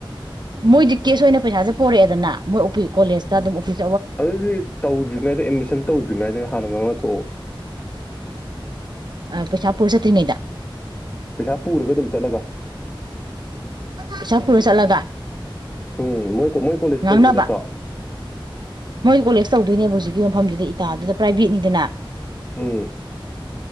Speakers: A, on the right (about 55°); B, on the left (about 15°).
A: ꯃꯣꯏꯗꯤ ꯀꯦꯁ ꯑꯣꯏꯅ ꯄꯩꯁꯥꯁꯦ ꯄꯣꯔꯛꯑꯦꯗꯅ ꯃꯣꯏ ꯑꯣꯞ ꯀꯣꯂꯦꯖꯇ ꯑꯗꯨꯝ ꯎ
B: ꯑꯗꯨꯗꯤ ꯇꯧꯗ꯭ꯔꯤꯢꯉꯩꯗ ꯑꯦꯗꯃꯤꯁꯟ ꯇꯧꯗ꯭ꯔꯤ ꯗꯔꯤꯉꯥꯏꯅ ꯍꯥꯟꯅ ꯇꯣ
A: ꯑ ꯄꯩꯁꯥ ꯄꯨꯔ ꯆꯠꯇꯔꯤꯉꯩꯗ
B: ꯄꯩꯁꯥ ꯄꯨꯔꯒ ꯑꯗꯨꯝ ꯆꯠꯂꯒ
A: ꯄꯩꯁꯥ ꯄꯨꯔ ꯆꯠꯂꯒ
B: ꯎꯝ ꯃꯣꯏ ꯃꯣꯏ ꯀꯣꯂꯦꯖ
A: ꯉꯥꯡꯅꯕ
B: ꯇꯧꯗꯣꯏ ꯅꯠꯇ꯭ꯔꯣ
A: ꯃꯣꯏ ꯀꯣꯂꯦꯖ ꯇꯧꯗꯣꯏꯅꯦꯕ ꯍꯧꯖꯤꯛ ꯃꯐꯝꯗꯨꯗ ꯏꯇꯥꯗꯨꯗ ꯄ꯭ꯔꯥꯏꯚꯦꯠꯅꯤꯗꯅ
B: ꯎꯝ